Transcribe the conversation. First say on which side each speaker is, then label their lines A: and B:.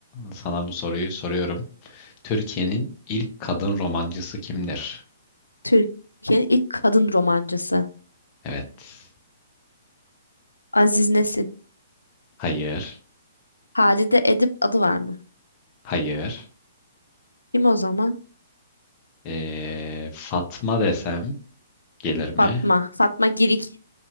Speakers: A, on the left (about 30°); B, on the left (about 85°).
A: sana bu soruyu soruyorum. Türkiye'nin ilk kadın romancısı kimdir?
B: Türkiye'nin ilk kadın romancısı.
A: Evet.
B: Aziz Nesin.
A: Hayır.
B: Halide Edip adı var mı?
A: Hayır.
B: Kim o zaman?
A: Ee, Fatma desem gelir mi?
B: Fatma. Fatma Girik.